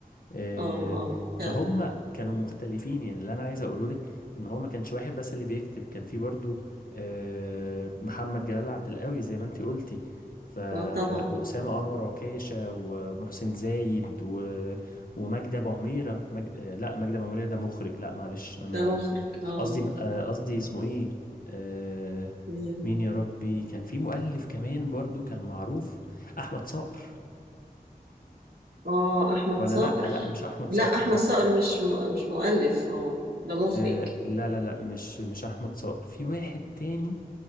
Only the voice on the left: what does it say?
آه،
فهم كانوا مختلفين يعني اللي انا عايز اقوله لك ان هو ما كانش واحد بس اللي بيكتب كان في برضو آه، محمد جلال عبد القوي زي ما انتي قلتي ف
واسامه انور عكاشه ومحسن زايد و... ومجدي ابو عميره مج... آه، لا مجدي ابو عميره ده مخرج لا معلش انا
قصدي آه، قصدي اسمه ايه آه،
مين يا ربي كان في مؤلف كمان برضو كان معروف احمد صقر
ولا
لا لا مش احمد
صقر
لا
آه لا لا لا مش مش احمد صقر في واحد تاني